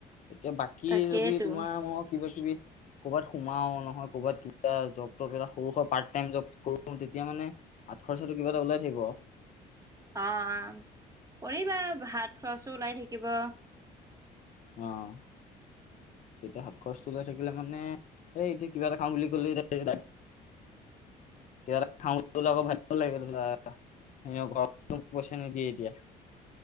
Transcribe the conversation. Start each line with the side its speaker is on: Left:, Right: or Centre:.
Left: এতিয়া বাকী
Right: তাকেইতো
Left: যদি তোমাৰ মোক ক'বাত সোমাও নহয় ক'বাত কিবা জব টব এটা সৰুকে পাৰ্ট টাইম জব এটা কৰো তেতিয়া মানে হাঁত খৰচটাতো কিবা এটা ওলাই থাকিব।
Right: অহঁ কৰিবা ভাত খৰচো ওলাই থাকিব।
Left: অঁহ তেতিয়া হাত খৰচটো ওলাই থাকিলে মানে এই এতিয়া কিবা এটা খাম বুলি কলে এতিয়া কিবা এটা খাম বুলি কলে আকৌ ভাবিব লাগে ধৰা ঘৰতো পইচা নিদিয়ে এতিয়া